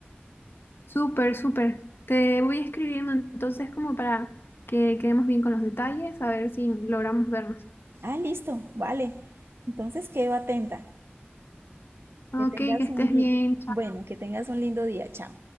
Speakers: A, on the left; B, on the right.
A: Súper, súper. Te voy escribiendo entonces como para que quedemos bien con los detalles, a ver si logramos vernos.
B: Ah, listo, vale. Entonces quedo atenta.
A: Ok,
B: Que tengas
A: que estés
B: un di-
A: bien.
B: bueno, que tengas un lindo día. Chao.